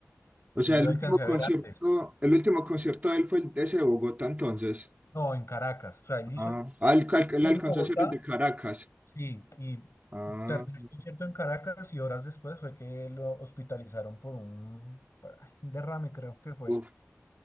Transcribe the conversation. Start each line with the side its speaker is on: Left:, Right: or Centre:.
Right: O sea,
Left: Yo
Right: el
Left: lo
Right: último
Left: alcancé
Right: concierto,
Left: a ver antes.
Right: el último concierto de él fue el de ese de Bogotá entonces.
Left: No, en Caracas. O sea, él hizo
Right: Ah,
Left: el,
Right: ah, él, cal-
Left: estuvo
Right: él alcanzó
Left: en Bogotá
Right: a hacer el de Caracas.
Left: Sí, y
Right: Ah,
Left: terminó el concierto en Caracas y horas después fue que lo hospitalizaron por un, por- ay, un derrame, creo que fue.
Right: uf.